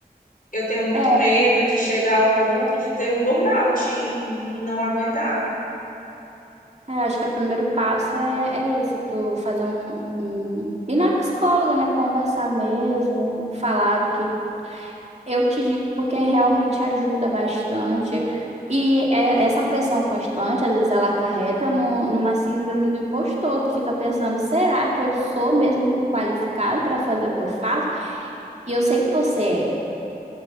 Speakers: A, on the left (about 60°); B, on the right (about 45°).
A: eu tenho muito
B: É,
A: medo de chegar ao ponto de ter um burnout e e não aguentar.
B: é, acho que o primeiro passo é, é isso, tu fazer um, um... Ir na psicóloga, né? Conversar mesmo, falar do que... Eu te digo porque realmente ajuda bastante. E é- essa pressão constante, às vezes ela acarreta no, numa síndrome do impostor. Tu fica pensando, será que eu sou mesmo qualificado para fazer o que eu faço? E eu sei que você é.